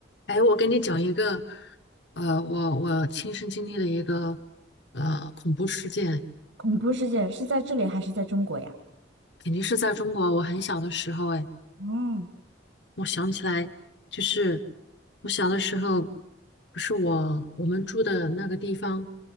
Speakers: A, on the left; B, on the right.
A: 哎，我跟你讲一个，呃，我我亲身经历的一个呃恐怖事件，
B: 恐怖事件是在这里还是在中国呀？
A: 肯定是在中国。我很小的时候，哎，
B: 哦，
A: 我想起来，就是我小的时候，不是我我们住的那个地方，